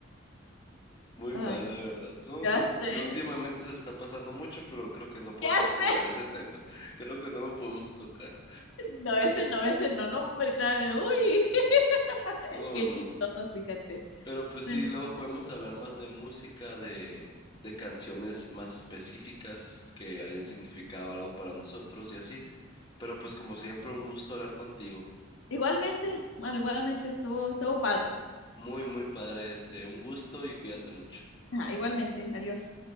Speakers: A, on the left (about 20°); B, on the left (about 70°).
A: muy
B: Ay,
A: mal, la verdad. No,
B: ya
A: no.
B: sé,
A: Y últimamente se está pasando mucho, pero creo que no podemos
B: ya sé.
A: tocar ese tema. <laughs> Creo que no lo podemos tocar.
B: No, ese no, ese no, no, hombre, está- uy, <laughs>
A: No,
B: qué
A: no.
B: chistoso, fíjate.
A: Pero pues
B: Bueno,
A: sí, luego podemos hablar más de música, de, de canciones más específicas que hayan significado algo para nosotros y así. Pero pues como siempre, un gusto hablar contigo.
B: igualmente, igualmente estuvo, estuvo padre.
A: Muy, muy padre este. Un gusto y cuídate mucho.
B: Ajá, igualmente, adiós.